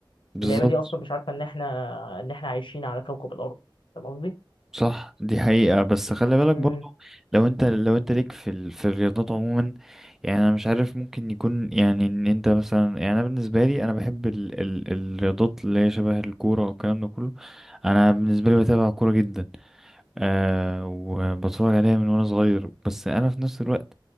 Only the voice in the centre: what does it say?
بالظبط
صح دي حقيقة بس خلي بالك
برضو لو انت لو انت ليك في ال... في الرياضات عموما يعني انا مش عارف ممكن يكون يعني ان انت مثلا يعني انا بالنسبة لي انا بحب ال... ال... الرياضات اللي هي شبه الكورة والكلام ده كله انا بالنسبة لي بتابع كورة جدا آه وبتفرج عليها من وانا صغير بس انا في نفس الوقت